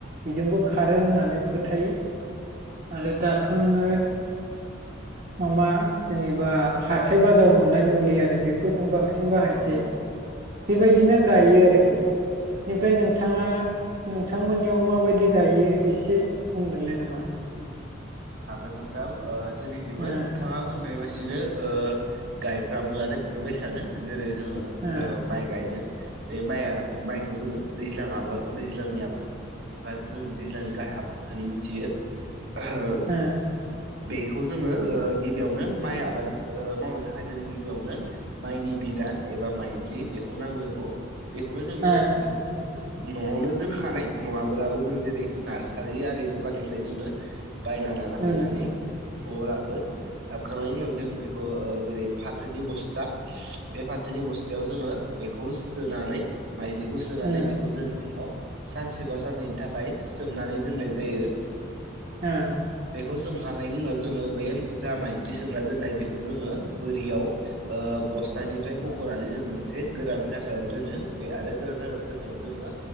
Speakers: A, on the right; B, on the right.
A: बेजोंबो खारो होननानै फोथायो आरो दा थ' नोङो
B: <unintelligible>
A: माबा जेनेबा हाथाय बाजाराव मोननाय मुलिआरि बेफोरखौनो बांसिन बाहायसै।
B: औ औ
A: बेबायदिनो गायो आरोखि। बेनिफ्राय नोंथाङा, नोंथांमोननियाव माबायदि गायो एसे बुंदोलाय नामा?
B: हागोन नोंथां ओ जोंनिखैबो
A: ओ
B: नोंथाङा होननाय बायसिनो ओ गायफ्रामो आरो बेफोरबायसानो जेरै जोङो
A: ओ
B: माइ ओ गायनो बे माइआ माइखौ जोङो दैज्लां आबा दैज्लांनि आबाद एबा जों दैज्लांनि गाहाय आबाद होननानै मिथियो‌। <unintelligible>
A: ओ।
B: बेखौ जोङो ओ गिबियावनो माइ आबाद ओ मावनो थाखाय जों गिबियावनो माइनि बिदान एबा माइज्लि बेखौ नांग्रोगौ। बेखौनो जोङो
A: ओ
B: बेखौ न'आवनो दोनखानाय, नङाबोलाबो जों जेरै नार्सारि आरि दखाननिफ्राय जोङो बायना लाना
A: ओ
B: फैनानै न'आव लाबो। लाबखांनायनि उनाव जों बेखौ जेरै फाथोनि बस्था बे फाथोनि बस्थायाव जोङो बेखौ सोनानै माइज्लिखौ सो सोनानै
A: ओ
B: बेखौ जों दैयाव सानसे बा साननैनि थाखाय सोमनानै दोननाय जायो।
A: ओ।
B: बेखौ सोमखांनायनि उनाव जोङो बे जा माइज्लि सोमना दोननाय, बेखौ जोङो बोरियाव ओ बस्थानिफ्राय बख'नानै जों मोनसे गोरान जायगायाव दोनो। बे आरो गोरान जायगायाव दोननायाव जोङो